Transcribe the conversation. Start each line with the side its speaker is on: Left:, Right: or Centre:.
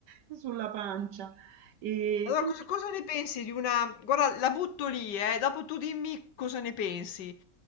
Right: sulla pancia. E
Left: allora,
Right: quindi
Left: cosa, cosa ne pensi di una... Guarda, la butto lì, eh, dopo tu dimmi cosa ne pensi.